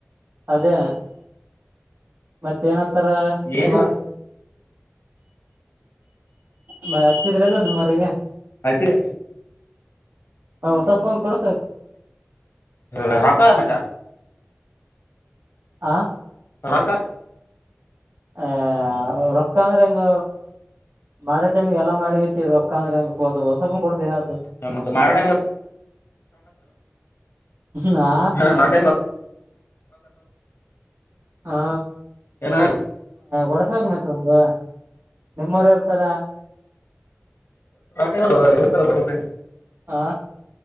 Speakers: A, on the right; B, on the left.
A: ಅದೇ ಮತ್ತೆ ಮತ್ತ ಏನಂತಾರ ನಿಮ್ಮವರು
B: ಏನಿಲ್ಲ
A: ಮ ಹಚ್ಚಿದ್ರಲ್ಲ ನಿಮ್ಮವರಿಗೆ
B: ಹಚ್ಚಿದೆ
A: ಹೊಸ ಫೋನ್ ಕೊಡ
B: ಹ ಕ ಮ
A: ಹಾ
B: ರಕ್ಕ
A: ಆ ರೊಕ್ಕ ಅಂದ್ರೆ ಹಂಗ ಮಾಡೋ ಟೈಮಿಗೆ ಎಲ್ಲ ಮಾಡ ರೊಕ್ಕ ಅ್ರಂಗ
B: ಹ ಮ ಮಾರಟ
A: ನಾ
B: ಹಾ ಮಾಡ
A: ಹಾ
B: ಏನ
A: ಒಡಸ ಹೋಗ ಮತ್ತ ಒಂದು ನಿಮ್ಮರ ಇರ್ತಾರ
B: ಎಲ್ಲ ಎರ ಬರ್ಬೇಕ
A: ಆಾ